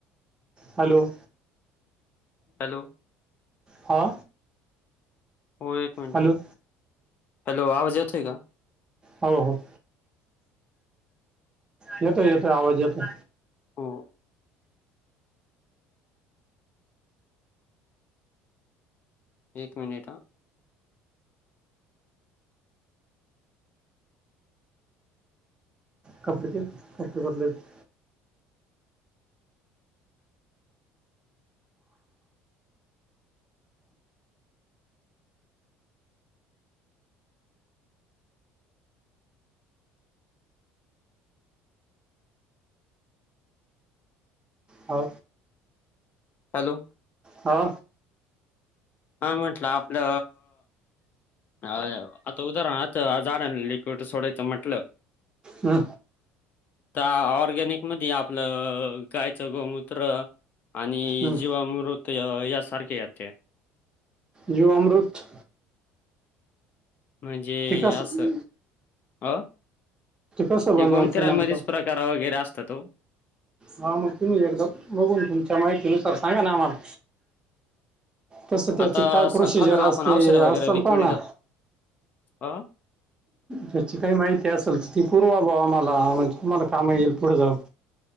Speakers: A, on the right (about 15°); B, on the left (about 40°).
A: हॅलो!
B: हॅलो!
A: हा!
B: हो एक मिनट
A: हॅलो
B: ह हॅलो आवाज येतोय का?
A: हो हो. येतोय येतोय आवाज येतोय.
B: हो! एक मिनिट हा?
A: कपड़े दे कपड़े बदलयचे आहेत. हो
B: हॅलो
A: हो
B: हा म्हटलं आपलं अ आता उदाहरण आता झाड लिक्विड सोडायचं म्हंटलं.
A: हा
B: आ ऑर्गॅनिक मध्ये आपलं गायचं गोमूत्र आणि
A: हम्म.
B: जीवामृत यासारखे येत्या.
A: जीवामूर्त.
B: म्हणजे
A: कसं
B: असं? अ
A: कसं बनवायचं
B: ते गोमखरमध्येच
A: नेमकं
B: प्रकार वगैरे असतात ओ.
A: हा मग तुम्ही एकदा बघून तुमच्या माहिती नुसार सांगा ना आम्हाला. कसं त्याचे
B: आता
A: काय
B: असं
A: प्रोसिजर
B: खालून आपण
A: असते
B: औषधं वगैरे
A: असलपना
B: लिक्विड अ
A: त्याची काही माहिती असेल तर ती पूर्वा बा आम्हाला म्हणजे आम्हाला काम येईल पुढे जाऊन.